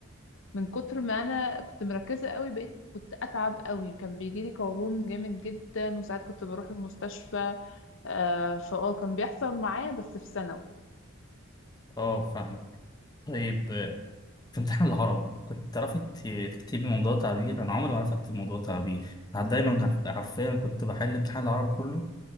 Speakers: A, on the left; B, on the left.
A: من كتر ما انا كنت مركزه قوي بقيت كنت اتعب قوي كان بيجي لي قولون جامد جدا وساعات كنت بروح المستشفى آه، فاه كان بيحصل معايا بس في ثانوي
B: اه فاهم طيب آه، في امتحان العربي كنت تعرفي ت- تكتبي موضوع تعبير انا عمري ما عرفت اكتب موضوع تعبير أنا دايما عارف- حرفيا كنت بحل امتحان العربي كله